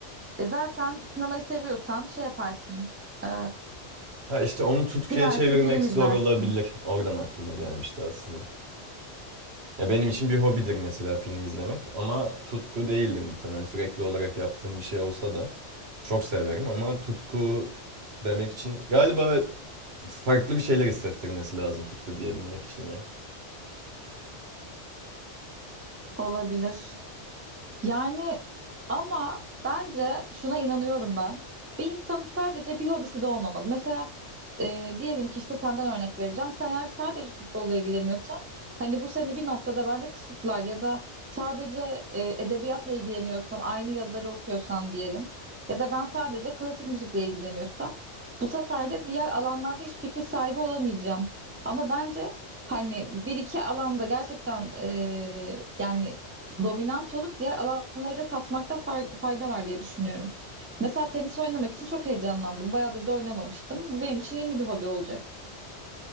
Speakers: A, on the right; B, on the right.
A: E zaten sinemayı seviyorsan şey yaparsın, e,
B: Ha işte onu tutkuya
A: gidersin
B: çevirmek
A: film
B: zor
A: izlersin.
B: olabilir. Oradan aklıma gelmişti aslında. Ya benim için bir hobidir mesela film izlemek ama tutku değildir muhtemelen. Sürekli olarak yaptığım bir şey olsa da çok severim ama tutku demek için galiba farklı bir şeyler hissettirmesi lazım tutku diyebilmek için ya.
A: Olabilir. Yani ama bence şuna inanıyorum ben. Bir insanın sadece bir hobisi de olmamalı. Mesela e, diyelim ki işte senden örnek vereceğim. Sen eğer sadece futbolla ilgileniyorsan hani bu seni bir noktada bence kısıtlar ya da sadece e, edebiyatla ilgileniyorsan aynı yazarı okuyorsan diyelim ya da ben sadece klasik müzikle ilgileniyorsam bu sefer de diğer alanlarda hiç fikir sahibi olamayacağım. Ama bence hani bir iki alanda gerçekten e, yani dominant olup diğer alanları da tatmakta far- fayda var diye düşünüyorum. Mesela tenis oynamak için çok heyecanlandım. Bayağıdır da oynamamıştım. Bu benim için yeni bir hobi olacak.